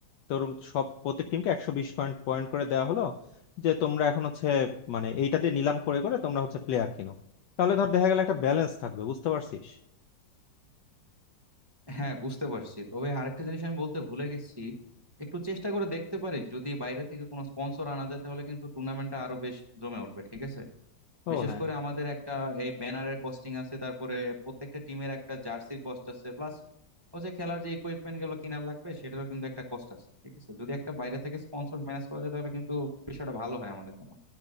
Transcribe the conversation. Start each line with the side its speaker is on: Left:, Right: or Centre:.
Left: তোর সব প্রত্যেক টিমকে একশো বিশ পয়েন্ট পয়েন্ট করে দেওয়া হলো যে তোমরা এখন হচ্ছে মানে এইটা দিয়ে নিলাম করে করে তোমরা হচ্ছে প্লেয়ার কিনো তাহলে ধর দেখা গেল একটা ব্যালেন্স থাকবে বুঝতে পারছিস
Right: হ্যাঁ বুঝতে পারছি তবে আরেকটা জিনিস আমি বলতে ভুলে গেছি একটু চেষ্টা করে দেখতে পারি যদি বাইরে থেকে কোনো স্পন্সর আনা যায় তাহলে কিন্তু টুর্নামেন্টটা আরো বেশ জমে উঠবে ঠিক আছে
Left: ও
Right: বিশেষ
Left: হ্যাঁ
Right: করে আমাদের একটা এই ব্যানারের কস্টিং আছে তারপরে প্রত্যেকটা টিমের একটা জার্সির কস্ট আছে প্লাস হচ্ছে খেলার যে ইকুইপমেন্ট গুলো কেনার লাগবে সেটারও কিন্তু একটা কস্ট আছে ঠিক আছে যদি একটা বাইরে থেকে স্পন্সর ম্যানেজ করা যায় তাহলে কিন্তু বিষয়টা ভালো হয় আমাদের জন্য